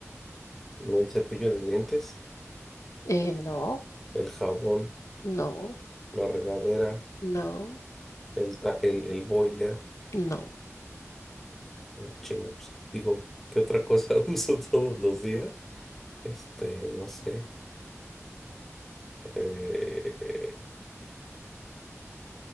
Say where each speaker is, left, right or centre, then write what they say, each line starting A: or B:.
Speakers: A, in the centre; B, on the left (about 75°).
A: El cepillo de dientes,
B: Eh, no,
A: el jabón,
B: no,
A: la regadera,
B: no,
A: el, ta- el, el boiler.
B: no,
A: Ah, chinga, pues, digo, ¿qué otra cosa <laughs> uso todos los días? Este, no sé. eh,